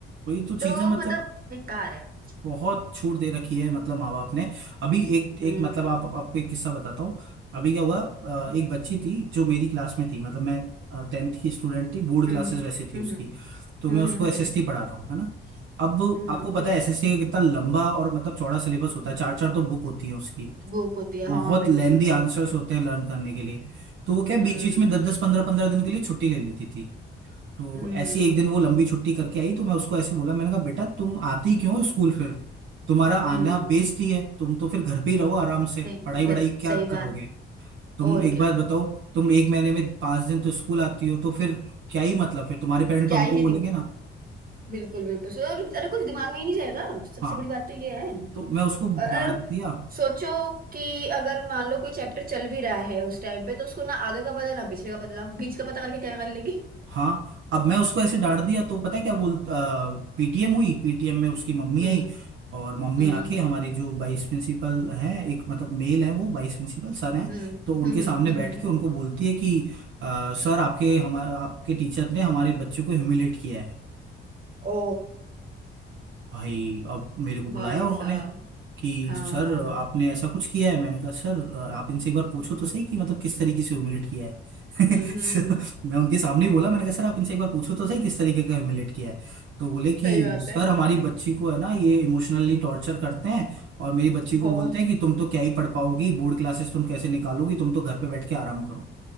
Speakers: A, on the right (about 75°); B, on the right (about 45°).
A: वही तो
B: तो
A: चीजें मतलब
B: मतलब बेकार है
A: बहुत छूट दे रखी है मतलब माँ बाप ने अभी एक एक
B: हम्म
A: मतलब आप आपको एक किस्सा बताता हूँ अभी क्या हुआ अ, एक बच्ची थी जो मेरी क्लास में थी मतलब मैं टेंथ की स्टूडेंट थी बोर्ड
B: हम्म
A: क्लासेस वैसे थी
B: हम्म
A: उसकी
B: हम्म
A: तो मैं
B: हम्म
A: उसको
B: हम्म हम्म,
A: एसएसटी पढ़ा रहा हूँ है ना अब
B: हम्म,
A: आपको
B: हम्म।
A: पता है एसएसटी का कितना लंबा और मतलब चौड़ा सिलेबस होता है चार चार तो बुक होती है उसकी
B: भूख होती है
A: बहुत
B: हाँ बिल्कुल
A: लेंदी आंसर्स होते हैं लर्न करने के लिए तो वो क्या
B: हम्म
A: बीच बीच में दस दस पंद्रह पंद्रह दिन के लिए छुट्टी ले लेती थी तो
B: हम्म
A: ऐसी
B: हम्म
A: एक दिन वो लंबी छुट्टी करके आई तो मैं उसको ऐसे बोला मैंने कहा बेटा तुम आती क्यों हो स्कूल फिर तुम्हारा
B: हम्म,
A: आना बेइज्जती है तुम तो फिर घर पे ही रहो आराम से
B: सही
A: पढ़ाई
B: घर
A: वढ़ाई क्या
B: सही
A: करोगे
B: बात
A: तुम
B: और
A: एक
B: क्या
A: बात बताओ तुम एक महीने में पांच दिन तो स्कूल आती हो तो फिर क्या ही मतलब फिर तुम्हारे पेरेंट्स
B: क्या
A: तो हमको
B: ही
A: बोलेंगे
B: दिन
A: ना
B: बिल्कुल बिल्कुल सो- और अरे कुछ दिमाग में ही नहीं जाएगा सबसे
A: हाँ
B: बड़ी बात तो ये है
A: तो मैं उसको
B: और
A: डांट
B: और
A: दिया
B: सोचो कि अगर मान लो कोई चैप्टर चल भी रहा है उस टाइम पे तो उसको ना आगे का पता ना पिछले का पता बीच का पता करके क्या कर लेगी
A: हाँ अब मैं उसको ऐसे डांट दिया तो पता है क्या बोल पीटीएम हुई पीटीएम में उसकी मम्मी
B: हम्म
A: आई और मम्मी
B: हम्म
A: आके हमारे जो वाइस प्रिंसिपल हैं एक मतलब मेल है वो वाइस प्रिंसिपल सर
B: हम्म
A: हैं
B: हम्म
A: तो उनके
B: हम्म
A: सामने
B: हम्म,
A: बैठ
B: हम्म।
A: के उनको बोलती है कि अ, सर आपके हमारे आपके टीचर ने हमारे बच्चे को ह्यूमिलेट किया है
B: ओ
A: भाई अब मेरे को बुलाया
B: भाई
A: उन्होंने
B: साहब
A: कि
B: हाँ
A: सर
B: हाँ हाँ।
A: आपने ऐसा कुछ किया है मैंने कहा सर आप इनसे एक बार पूछो तो सही कि मतलब किस तरीके से ह्यूमिलेट किया है <laughs>
B: हम्म
A: So,
B: हम्म हम्म,
A: मैं उनके सामने ही बोला मैंने कहा सर आप इनसे एक बार पूछो तो सही किस तरीके का ह्यूमिलेट किया है तो बोले कि
B: सही बात
A: सर
B: है
A: हमारी बच्ची को है ना ये इमोशनली टॉर्चर करते हैं और मेरी बच्ची को
B: हो
A: बोलते हैं कि तुम तो क्या ही पढ़ पाओगी बोर्ड क्लासेस तुम कैसे निकालोगी तुम तो घर पे बैठ के आराम